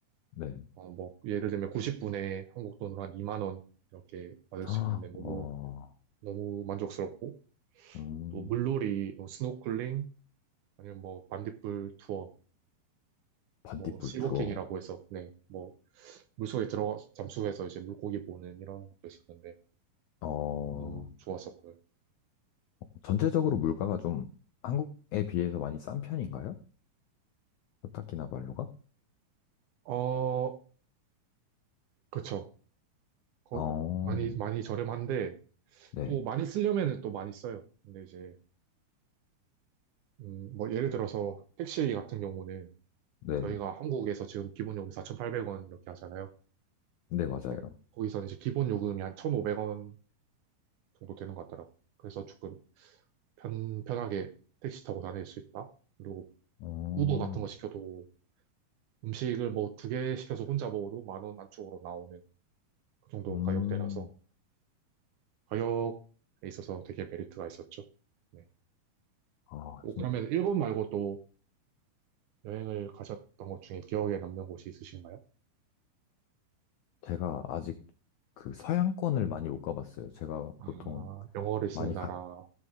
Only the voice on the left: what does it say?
네.
아,
어,
음,
반딧불
투어.
어,
전체적으로
물가가 좀 한국에 비해서 많이 싼 편인가요? 코타키나발루가?
어,
네,
네,
네, 맞아요.
어,
음,
아,
제가 아직 그 서양권을 많이 못 가봤어요. 제가
보통
많이
갔,